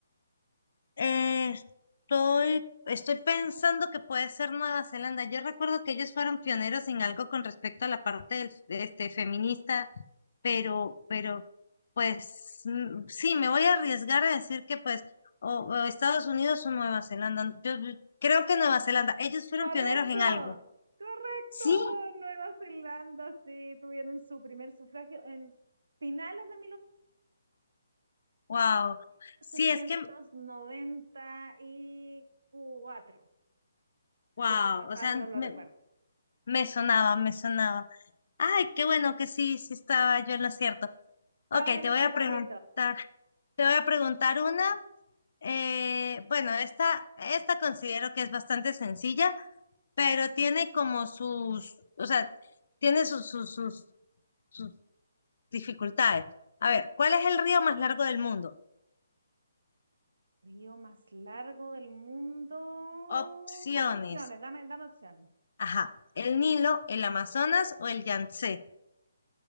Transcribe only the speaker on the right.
Correcto.
Correcto.
Nueva Zelanda, sí, tuvieron su primer sufragio en finales de
1800. 1894.
Si es que no,
mal
no lo
recuerdo.
Sí.
Estabas
en
los
cierto,
listo.
Río más largo del mundo.
Opciones, dame, dame opciones.